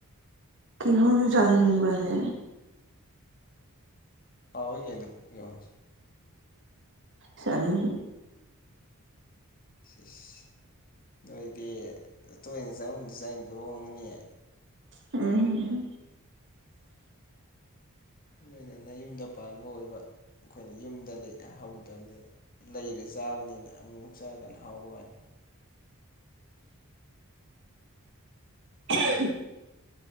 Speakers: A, on the right; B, on the left.
A: ꯀꯍꯣ ꯅꯤ ꯃꯅꯦ
B: ꯍꯥꯎ ꯑꯣꯏ ꯌꯥꯩꯅ ꯌꯦꯉꯁꯤ
A: ꯁꯔ
B: ꯁꯤꯦꯁ ꯅꯣꯏꯗꯤ ꯇꯣꯏꯅ ꯆꯥꯃꯟꯗꯁꯨꯥꯏꯩꯅ ꯇꯧ ꯍꯣꯡꯒꯅꯤ
A: ꯎꯝ
B: ꯂꯣꯏꯅꯅ ꯌꯨꯝꯗ ꯄꯥꯟꯕ ꯑꯣꯏꯕ ꯑꯩꯈꯣꯏꯅ ꯌꯨꯝꯗ ꯂꯩ ꯍꯧꯗꯕꯅꯤꯅ ꯂꯩꯔꯦ ꯆꯥꯕꯅꯤꯅ ꯑꯃꯨꯛ ꯑꯃꯨꯛ ꯆꯥꯀꯥꯟꯅ ꯍꯥꯎꯈꯅꯤ
A: ꯎ